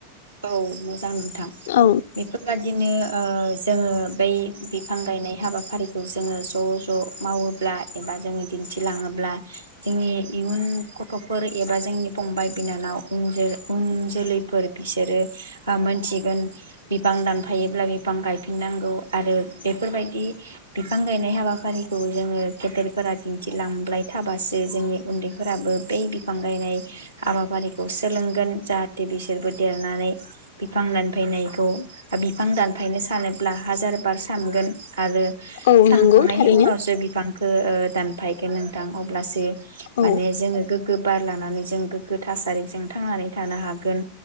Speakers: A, on the right; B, on the left.
A: औ मोजां थां
B: औ
A: बेफोरबदिनो ओ जोङो बै बिफां गायनाय हाबाफारिखौ जोङो ज' ज मावोब्ला एबा जोङो दिन्थिलाङोब्ला जोंनि इयुन गथ'फोर एबा जोंनि फंबाय बिनानाव उन जो जोलैफोर बिसोरो मोनथिगोन बिफां दानफायोब्ला बिफां गायफिननांगौ आरो बेफोरबायदि बिफां गायनाय हाबाफारिखौ जोङो गेदेरफोरा दिन्थिलांबाय थाबासो जोंनि उन्दैफोराबो बै बिफां गायनाय हाबाफारिखौ सोलोंगोन जाहाथे बिसोरबो देरनानै बिफां दानफायनायखौ बिफां दानफायनो सानोब्ला हाजार बार सानगोन आरो
B: औ
A: सानखांनायनि
B: नंगौ थारैनो
A: उनावसो बिफांखो ओ दान फायगोन नोंथां अब्लासो
B: औ
A: माने जोङो गोगो बार लानानै जों गोग्गो थासारिजों थांनानै थानो हागोन